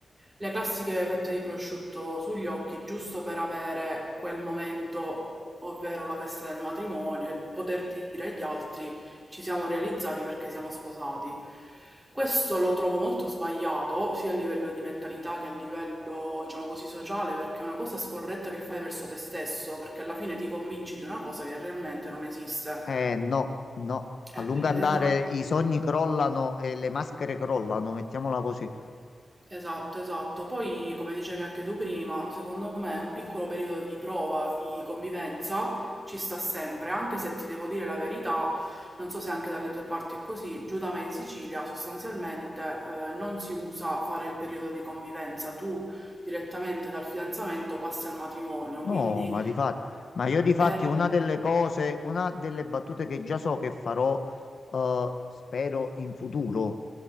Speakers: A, on the right; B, on the left.
A: le classiche fette di prosciutto sugli occhi giusto per avere quel momento, ovvero la festa del matrimonio, e poter dire agli altri ci siamo realizzati perché siamo sposati. Questo lo trovo molto sbagliato, sia a livello di mentalità che a livello, diciamo così, sociale, perché è una cosa scorretta che fai verso te stesso, perché alla fine ti convinci di una cosa che realmente non esiste.
B: Eh no, no, a
A: Eh,
B: lungo andare
A: esatto.
B: i sogni crollano e le maschere crollano, mettiamola così.
A: Esatto, esatto. Poi, come dicevi anche tu prima, secondo me un piccolo periodo di prova, di convivenza ci sta sempre, anche se ti devo dire la verità, non so se anche dalle tue parti è così, giù da me in Sicilia sostanzialmente eh, non si usa fare il periodo di convivenza, tu direttamente dal fidanzamento passi al matrimonio,
B: No,
A: quindi
B: ma di fatti, ma io di fatti
A: eh,
B: una delle cose, una delle battute che già so che farò, eh, spero in futuro,